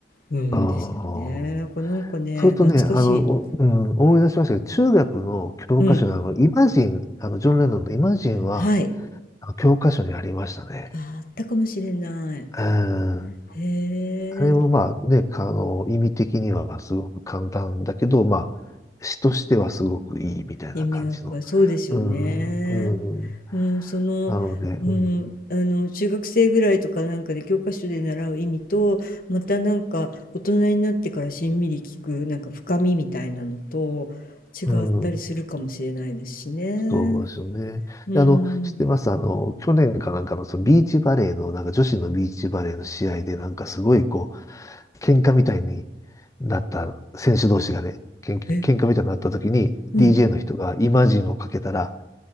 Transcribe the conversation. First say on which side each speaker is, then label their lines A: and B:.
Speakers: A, on the left; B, on the left.
A: うんですよね。
B: ああ。
A: なんかなんかね、
B: それとね、
A: 懐かしい。
B: あの、おうん、思い出しましたけど、中学の教科書のあの、
A: うん。
B: イマジン、あの、ジョン・レノンのイマジンは、
A: はい。
B: あの教科書にありましたね。
A: あ、あったかもしれない。
B: うん
A: へ
B: あれもまあね、
A: え、
B: あの、意味的にはすごく簡単だけど、まあ、詩としてはすごくいいみたいな感じの。
A: 意味が深い。そうですよね。
B: うん、うん。
A: うん、その、
B: なので、
A: うん、
B: うん、
A: あの、中学生ぐらいとかなんかで教科書で習う意味と、またなんか大人になってからしんみり聞く、なんか深みみたいなのと違ったりするかもしれないですしね。
B: うん、そうですよね。
A: うん。
B: であの、知ってますあの、去年かなんかの、そのビーチバレーの、なんか女子のビーチバレーの試合で、なんかすごいこう、喧嘩みたいになった選手同士がね、喧嘩、
A: え、
B: 喧嘩みたいになった時に、
A: うん。
B: DJ の人がイマジンをかけたら、